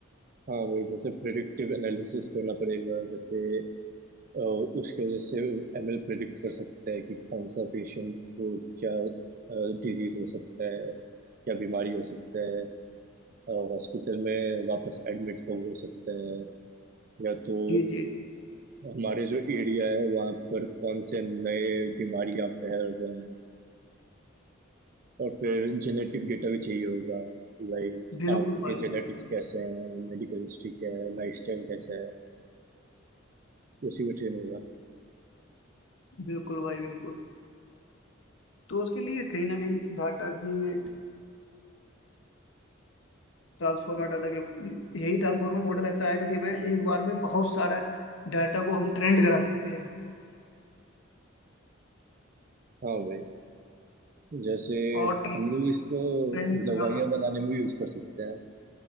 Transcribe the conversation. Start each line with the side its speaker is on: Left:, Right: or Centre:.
Right: हाँ वही जैसे प्रिडिक्टिव एनालिसिस करना पड़ेगा जैसे अ, उसके वजह से एमएल प्रिडिक्ट कर सकता है कि कौन सा पेशेंट को क्या डिजीज हो सकता है क्या बीमारी हो सकता है हॉस्पिटल में वापस एडमिट कब हो सकता है या तो
Left: जी जी
Right: हमारे जो एरिया है वहाँ पर कौन से नए बीमारी फैल रहे हैं और फिर जेनेटिक डेटा भी चाहिए होगा लाइक
Left: बिल्कुल
Right: आपके
Left: भाई
Right: जेनेटिक्स
Left: बिल्कुल
Right: कैसे हैं मेडिकल हिस्ट्री क्या है लाइफस्टाइल कैसा है उसी पे ट्रेन होगा
Left: बिल्कुल भाई बिल्कुल तो उसके लिए कहीं ना कहीं डाटा की ये ट्रांसफॉर्मर डाटा के यही ट्रांसफॉर्मर मॉडल ऐसा है जो कि हमें एक बार में बहुत सारा डाटा को हम ट्रेंड करा सकते हैं
Right: हाँ भाई जैसे
Left: और
Right: हम लोग इसको
Left: ट्रेंड
Right: दवाइयाँ
Left: हाँ हाँ
Right: बनाने में भी यूज कर सकते हैं